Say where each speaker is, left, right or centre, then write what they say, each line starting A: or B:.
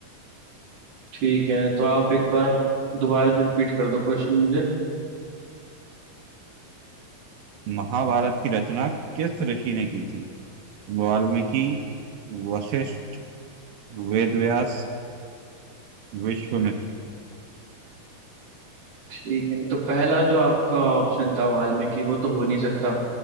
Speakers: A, on the right; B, on the right.
A: ठीक है तो आप एक बार दोबारा से रिपीट कर दो क्वेश्चन मुझे
B: महाभारत की रचना किस ऋषि ने की थी वाल्मीकि वशिष्ठ वेद व्यास विश्वामित्र
A: ठीक है तो पहला जो आपका ऑप्शन था वाल्मीकि वो तो हो नहीं सकता